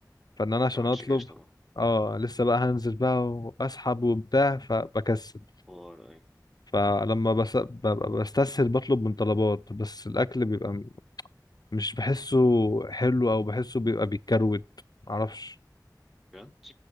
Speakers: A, on the left; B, in the centre.
A: فإن أنا
B: انت
A: عشان
B: معكش
A: أطلب
B: جيش طبعا
A: آه لسه بقى هنزل بقى وأسحب وبتاع فبكسل
B: حوار ايه
A: فلما بس... ببقى بستسهل بطلب من طلبات بس الأكل بيبقى مش بحسه حلو او بحسه بيبقى بيتكروت معرفش
B: بجد